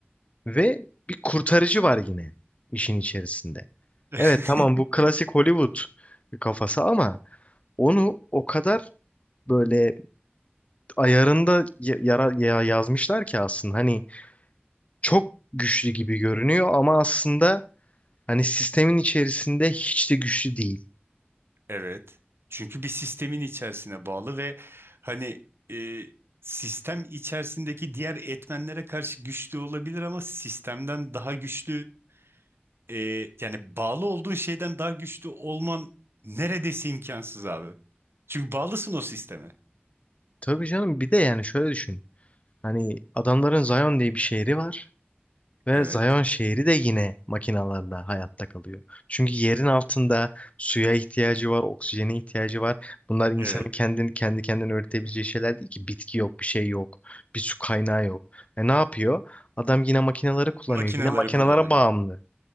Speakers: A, on the left; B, on the right.
A: ve bir kurtarıcı var yine işin içerisinde.
B: <laughs>
A: Evet tamam bu klasik Hollywood kafası ama onu o kadar böyle ayarında ya- yara, ya- yazmışlar ki aslında hani çok güçlü gibi görünüyor ama aslında hani sistemin içerisinde hiç de güçlü değil.
B: Evet. Çünkü bir sistemin içerisine bağlı ve hani e, sistem içerisindeki diğer etmenlere karşı güçlü olabilir ama sistemden daha güçlü e, yani bağlı olduğun şeyden daha güçlü olman neredeyse imkansız abi. Çünkü bağlısın o sisteme.
A: Tabii canım bir de yani şöyle düşün. Hani adamların Zion diye bir şehri var ve
B: Evet.
A: Zion şehri de yine makinalarla hayatta kalıyor. Çünkü yerin altında suya ihtiyacı var, oksijene ihtiyacı var. Bunlar insanın
B: Evet.
A: kendini kendi kendine üretebileceği şeyler değil ki. Bitki yok, bir şey yok, bir su kaynağı yok. E ne yapıyor? Adam yine makinaları kullanıyor.
B: Makineleri
A: Yine makinalara
B: kullanıyor.
A: bağımlı.